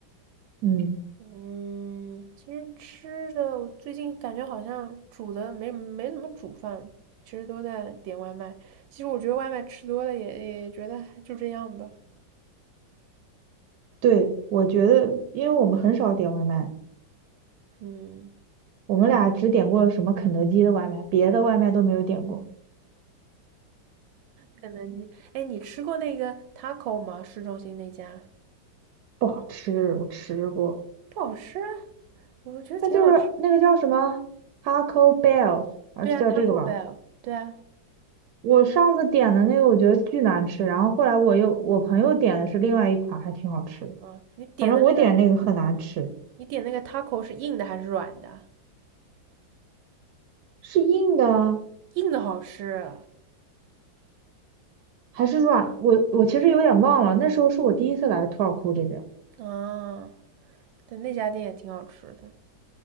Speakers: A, on the right (about 70°); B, on the right (about 85°).
A: 嗯。
B: 嗯，其实吃的我最近感觉好像煮的没没怎么煮饭，其实都在点外卖。其实我觉得外卖吃多了也也觉得还就这样吧。
A: 对，我觉得，因为我们很少点外卖，
B: 嗯，
A: 我们俩只点过什么肯德基的外卖，别的外卖都没有点过，
B: 肯德基，哎，你吃过那个 taco 吗？市中心那家
A: 不好吃，我吃过。
B: 不好吃啊，我觉得挺好吃。
A: 它就是那个叫什么 Taco Bell，还是叫这个吧？
B: 对啊，Taco Bell，对啊，
A: 我上次点的那个我觉得巨难吃，然后后来我又我朋友点的是另外一款，还挺好吃的。
B: 嗯，你点的那个，
A: 反正我点那个很难吃，
B: 你点那个 taco 是硬的还是软的？
A: 是硬的啊
B: 硬的好吃，
A: 还是软？我我其实有点忘了，那时候是我第一次来土尔库这边。
B: 嗯，啊，对，那家店也挺好吃的，